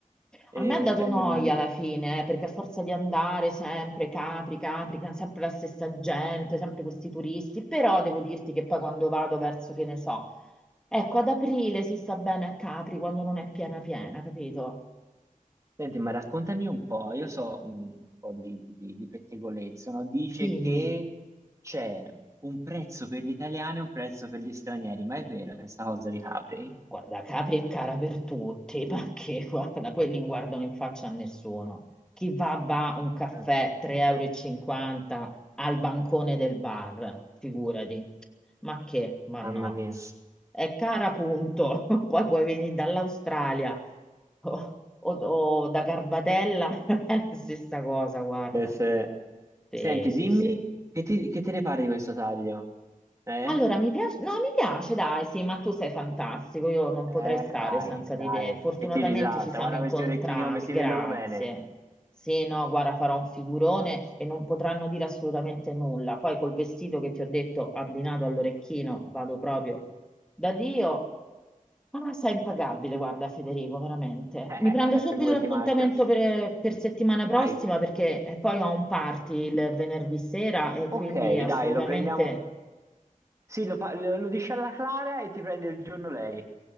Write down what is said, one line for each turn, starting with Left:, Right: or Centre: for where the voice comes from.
Right: e
Centre: A me ha dato
Right: prendermi
Centre: noia
Right: un...
Centre: alla fine,
Right: Mm.
Centre: eh, perché a forza di andare sempre Capri, Capri, ca- sempre la stessa gente, sempre questi turisti, però devo dirti che poi quando vado verso, che ne so, ecco, ad aprile si sta bene a Capri quando non è piena piena, capito?
Right: Senti, ma raccontami un po', io so mm, un po' di, di, di- di pettegolezzo, no? Dice
Centre: Dimmi.
Right: che c'è un prezzo per gli italiani e un prezzo per gli stranieri, ma è vero questa cosa di Capri?
Centre: Guarda, Capri è cara per tutti, <laughs> ma che guarda, quelli non guardano in faccia a nessuno. Chi va va un caffè
Right: Ok.
Centre: 3,50 euro e cinquanta al bancone del bar, figurati. Ma che? Ma
Right: Mamma
Centre: no.
Right: mia.
Centre: È cara, punto. <laughs> Poi puoi venire dall'Australia o, o- o da Garbatella, <laughs> è la stessa cosa, guarda.
Right: Eh, se-
Centre: Sì,
Right: Senti,
Centre: sì,
Right: dimmi,
Centre: sì.
Right: che, ti- che te ne pare di questo taglio? Eh?
Centre: Allora, mi piace, no, mi piace, dai, sì, ma tu sei fantastico, io non
Right: Eh,
Centre: potrei stare
Right: dai,
Centre: senza
Right: dai,
Centre: di te. Fortunatamente
Right: che ti risalta.
Centre: ci siamo
Right: Guarda
Centre: incontrati,
Right: questi orecchini come si
Centre: grazie.
Right: vedono bene.
Centre: Sì, no, guarda, farò un figurone e non potranno dire assolutamente nulla. Poi col vestito che ti ho detto, abbinato all'orecchino, vado proprio da Dio. Ah, sei impagabile, guarda, Federico, veramente.
Right: Eh,
Centre: Mi prendo subito
Right: figurati,
Centre: l'appuntamento
Right: Marzia.
Centre: per, per settimana
Right: Dai,
Centre: prossima perché eh, poi ho un party il venerdì sera e
Right: ok,
Centre: quindi assolutamente...
Right: dai, lo prendiamo. Sì, lo, pa- lo dici alla Clara e ti prende il giorno lei.